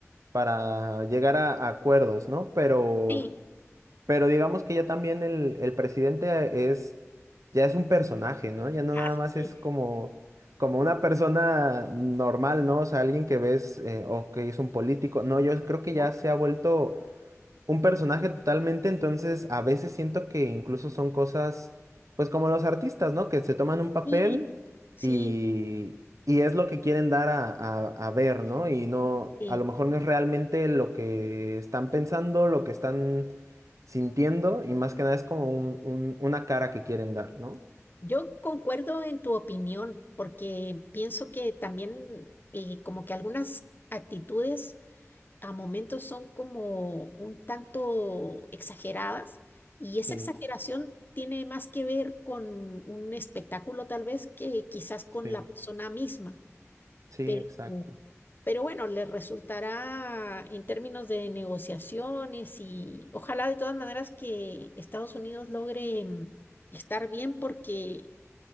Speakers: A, on the right; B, on the left.
A: para llegar a, a acuerdos, ¿no? Pero...
B: Sí,
A: Pero digamos que ya también el, el presidente es, ya es un personaje, ¿no? Ya no
B: <laughs> ah,
A: nada más
B: sí,
A: es como, como una persona normal, ¿no? O sea, alguien que ves eh, o que es un político. No, yo creo que
B: ¿no?
A: ya se ha vuelto un personaje totalmente, entonces a veces siento que incluso son cosas, pues como los artistas, ¿no? Que se toman un papel
B: Sí, sí,
A: y, y es lo que quieren dar a, a- a ver, ¿no? Y no,
B: sí.
A: a lo mejor no es realmente lo que están pensando, lo que están sintiendo, y más que nada es como un- un- una cara que quieren dar, ¿no?
B: Yo concuerdo en tu opinión, porque pienso que también eh, como que algunas actitudes a momentos son como un tanto exageradas y esa
A: Sí,
B: exageración tiene más que ver con un espectáculo tal vez que quizás con
A: sí,
B: la persona misma,
A: sí,
B: pero,
A: exacto.
B: pero bueno, le resultará en términos de negociaciones y ojalá de todas maneras que Estados Unidos logre mm, estar bien porque